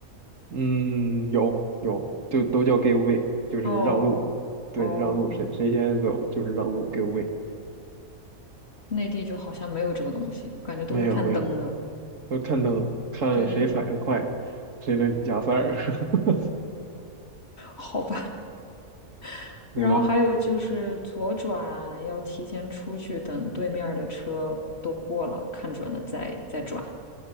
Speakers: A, on the right (about 60°); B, on the left (about 45°).
A: 嗯，有有，就都叫 give way，就是让路。
B: 哦哦，
A: 对，让路，谁谁先走就是让路，give way。
B: 内地就好像没有这个东西，我感觉都是看灯的。
A: 没有没有，要看灯，看谁反应快，
B: 对对，
A: 谁能加塞儿，<laughs>
B: 好吧。<laughs> 然后还有就是左转要提前出去，
A: 对吧？
B: 等对面儿的车都过了，看准了再再转。